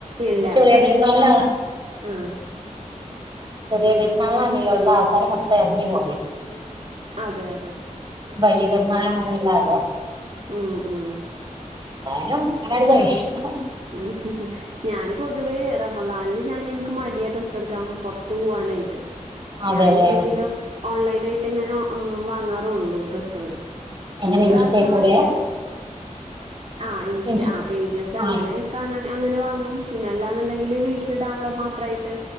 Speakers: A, on the right (about 55°); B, on the right (about 35°).
A: ഇല്ല
B: ഈ ചെറിയ
A: ബലിപെരുന്നാള്
B: പെരുന്നാൾനാ
A: ആഹ്
B: ചെറിയ പെരുന്നാൾനാണല്ലോ ഉള്ള ആൾക്കാര് മൊത്തം എറങ്ങി പോല്
A: അതെ അതെ
B: വലിയപെരുന്നാൾന് അങ്ങനല്ലാല്ലോ
A: ഉം ഉം
B: എന്തായാലും ഇങ്ങനങ്ങട് കഴിഷും
A: ഉം ഞാന് പൊതുവേ റമളാനില് ഞാൻ എനിക്ക് മടിയ ഡ്രസ്സ് എടുക്കാൻ പൊറത്ത് പൂവാനായിട്ട്
B: അതെല്ലേ
A: ഞാൻ എന്തെങ്കിലും ഓൺലൈൻ ആയിട്ടേ ഞാൻ വാങ്ങാറുള്ളൂ ഡ്രസ് ത്തോളു
B: എങ്ങനെ
A: ഈ
B: ഇൻസ്റ്റേ
A: പ്രാവശ്യം
B: കൂടെയാ
A: പക്ഷെ ആഹ് ഇൻസ്റ്റാ
B: ഇൻസ്
A: ആഹ് പേജസ്
B: ആ
A: അങ്ങ നെ കാണാണെ അങ്ങനെ വാങ്ങും പിന്നെ അല്ലാന്നുണ്ടെങ്കില് വീട്ടിലിടാനുള്ള മാത്രായിട്ട്